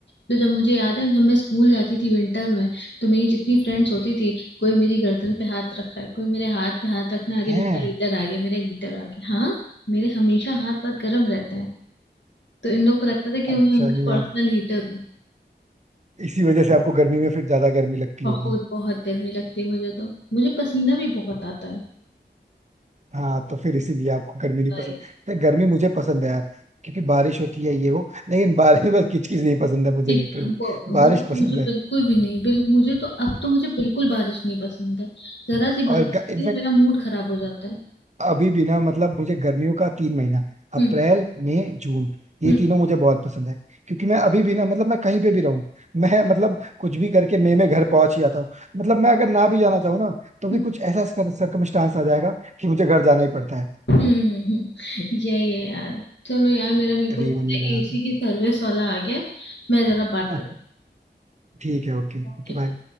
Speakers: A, on the left; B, on the right.
A: तो जब मुझे याद है जब मैं स्कूल जाती थी विंटर में तो मेरी जितनी फ्रेंड्स होती थी कोई मेरी गर्दन पे हाथ रख रहा है कोई मेरे हाथ पे हाथ रखना अरे
B: है
A: मेरा हीटर आ गया मेरा हीटर आ गया हाँ मेरे हमेशा हाथ वाथ गर्म रहते हैं तो इन लोग को लगता था कि
B: अच्छा
A: मैं उनका
B: नहीं यार
A: पर्सनल हीटर
B: इसी वजह से आपको गर्मी में फिर ज्यादा गर्मी लगती
A: बहुत
B: होगी
A: बहुत गर्मी लगती है मुझे तो मुझे पसीना भी बहुत आता है
B: हाँ तो फिर इसीलिए आपको गर्मी नहीं
A: भाई
B: पसंद तो गर्मी मुझे पसंद है यार क्योंकि बारिश होती है ये वो लेकिन बारिश में बस किचकिच नहीं पसंद है मुझे
A: कि
B: लिटरली
A: वो वो
B: बारिश
A: तो
B: पसंद
A: मुझे
B: है
A: बिल्कुल भी नहीं बिल मुझे तो अब तो मुझे बिल्कुल बारिश नहीं पसंद है जरा सी
B: और
A: बारिश
B: इनफैक्ट
A: की ना मेरा मूड खराब हो जाता है
B: अभी भी ना मतलब मुझे गर्मियों का तीन महीना अप्रैल
A: हम्म
B: मई जून ये
A: हम्म
B: तीनों मुझे बहुत पसंद है क्योंकि मैं अभी भी ना मतलब मैं कहीं पे भी रहूं मैं मतलब कुछ भी करके मई में घर पहुंच ही जाता हूँ मतलब मैं अगर ना भी जाना चाहूँ ना तो भी
A: हम्म
B: कुछ ऐसा सरकमस्टांस आ जाएगा कि मुझे घर जाना ही पड़ता है
A: हम्म, हम्म। हम्म। यही है यार चलो यार मेरा मेरे को लगता
B: रियूनियन
A: है
B: हो जाता
A: एसी की सर्विस वाला आ गया है। मैं जरा बात
B: है
A: करता
B: <laughs> ठीक है ओके
A: हूँ okay?
B: ओके बाय